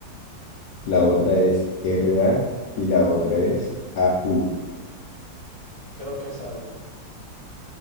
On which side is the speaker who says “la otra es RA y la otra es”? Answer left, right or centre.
Left